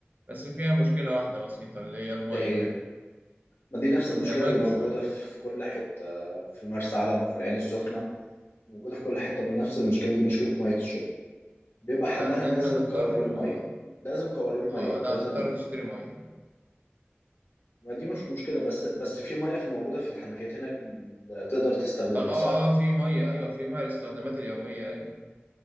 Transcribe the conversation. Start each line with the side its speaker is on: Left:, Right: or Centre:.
Right: بس فيها مشكلة واحدة بسيطة اللي هي المية
Left: ايه هي ما دي نفس المشكلة
Right: آه، مية
Left: اللي موجودة
Right: الشرب
Left: في كل حتة في مرسى علم وفي العين السخنة موجودة في كل حتة من نفس المشكلة دي مشكلة مية الشرب بيبقى حلها
Right: يعني
Left: لازم
Right: أنت هتضطر
Left: قوارير
Right: آه
Left: ميه لازم قوارير ميه
Right: آه،
Left: لازم
Right: ده هتضطر تشتري مية
Left: ما دي مش مشكله بس بس في ميه في موجوده في الحنفيات هناك ل- تقدر تستخدمها
Right: آه
Left: صح
Right: آه في مية أيوة في مية للاستخدامات اليومية أيوة